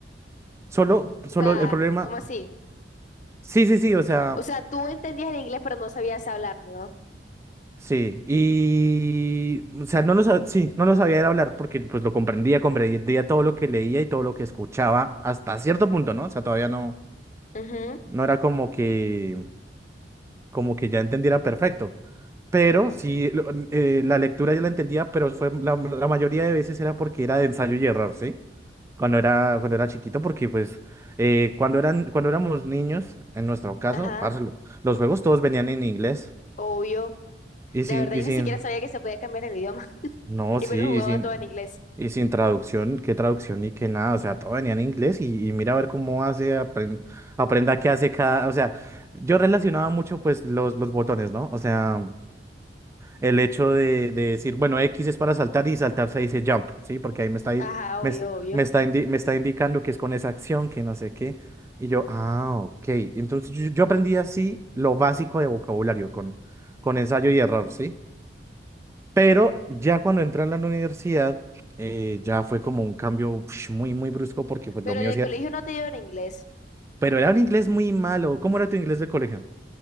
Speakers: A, on the right (about 15°); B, on the left (about 45°).
A: Solo, solo
B: O sea,
A: el problema...
B: ¿cómo así?
A: Sí, sí, sí, o sea...
B: O sea, tú entendías el inglés, pero no sabías hablar, ¿no?
A: Sí, y, o sea, no lo sabía, sí, no lo sabía era hablar porque pues lo comprendía, comprendía todo lo que leía y todo lo que escuchaba hasta cierto punto, ¿no? O sea, todavía no,
B: Ujú,
A: no era como que, como que ya entendiera perfecto, pero sí, lo- eh, la lectura yo la entendía, pero fue la, la mayoría de veces era porque era de ensayo y error, ¿sí? Cuando era, cuando era chiquito, porque pues eh, cuando eran, cuando éramos niños, en nuestro caso,
B: Ajá,
A: parce, los, los juegos todos venían en inglés
B: obvio.
A: y sin,
B: La verdad,
A: y
B: yo
A: sin,
B: ni siquiera sabía que se podía cambiar el idioma <laughs>
A: No,
B: y
A: sí,
B: me lo jugaba
A: y sin,
B: todo en inglés.
A: y sin traducción, qué traducción y qué nada, o sea, todo venía en inglés y, y mira a ver cómo hace, apren- aprenda qué hace cada, o sea, yo relacionaba mucho pues los, los botones, ¿no? O sea, el hecho de, de decir, bueno, X es para saltar y saltar se dice jump, ¿sí? Porque ahí me está, di-
B: Ajá,
A: me,
B: obvio,
A: es-
B: obvio.
A: me está, indi- me está indicando que es con esa acción, que no sé qué, y yo, ah, ok, entonces yo, yo aprendí así lo básico de vocabulario con, con ensayo y error, ¿sí? Pero ya cuando entré a la universidad, eh, ya fue como un cambio ush, muy, muy brusco porque pues
B: Pero
A: lo mío
B: en el
A: sí
B: colegio
A: era...
B: no te dieron inglés.
A: Pero era un inglés muy malo. ¿Cómo era tu inglés de colegio?